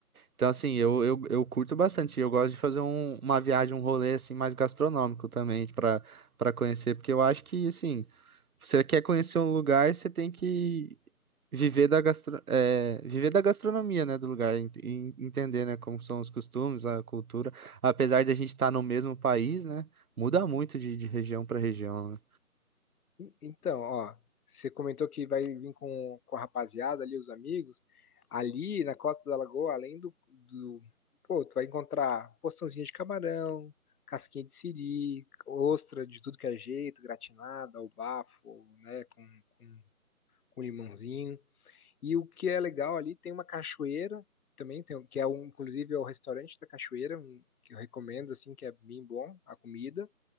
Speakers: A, on the right; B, on the left.
A: Então, assim, eu, eu, eu curto bastante. Eu gosto de fazer um- uma viagem, um rolê, assim, mais gastronômico também, para para conhecer. Porque eu acho que, assim, você quer conhecer um lugar, você tem que viver da gastro, é, viver da gastronomia, né, do lugar. ent- E entender, né, como são os costumes, a cultura. Apesar de a gente estar no mesmo país, né, muda muito de, de região para região, né?
B: en- então, ó, você comentou que vai vir com, com a rapaziada ali, os amigos. Ali na costa da lagoa, além do, do- Pô, tu vai encontrar porçãozinha de camarão, casquinha de siri, ostra de tudo que é jeito, gratinada, ao bafo, né? Com, com, com limãozinho. E o que é legal ali, tem uma cachoeira também, tem, que é um, inclusive é o restaurante da cachoeira, um, que eu recomendo, assim, que é bem bom a comida.